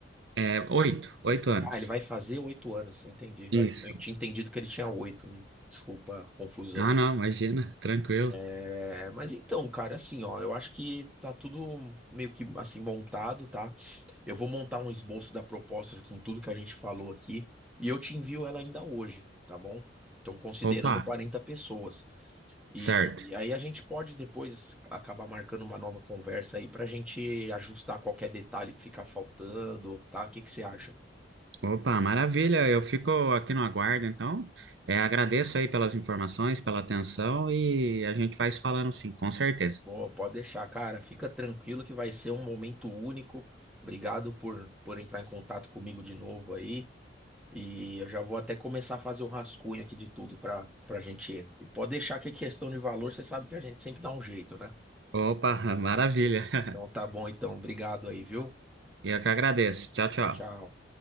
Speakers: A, on the right; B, in the centre.
A: É, oito, oito anos.
B: Ah, ele vai fazer oito anos, entendi.
A: Isso.
B: Eu tinha entendido que ele tinha oito, me desculpa a confusão.
A: Ah, não, imagina, tranquilo.
B: É, mas então, cara, assim, ó, eu acho que tá tudo meio que assim montado, tá? Eu vou montar um esboço da proposta de- com tudo que a gente falou aqui e eu te envio ela ainda hoje, tá bom? Então, considerando
A: Opa,
B: 40 pessoas.
A: certo.
B: E, e aí a gente pode depois acabar marcando uma nova conversa aí pra gente ajustar qualquer detalhe que ficar faltando, tá? O que que você acha?
A: Opa, maravilha. Eu fico aqui no aguardo, então. É, agradeço aí pelas informações, pela atenção e a gente vai se falando sim, com certeza.
B: Pô, pode deixar, cara. Fica tranquilo que vai ser um momento único. Obrigado por, por entrar em contato comigo de novo aí. E eu já vou até começar a fazer o rascunho aqui de tudo para para gente ir. E pode deixar que é questão de valor, você sabe que a gente sempre dá um jeito, né?
A: Opa, <laughs> maravilha.
B: Então
A: <laughs>
B: tá bom, então. Obrigado aí, viu?
A: Eu que agradeço. Tchau, tchau.
B: Tchau, tchau.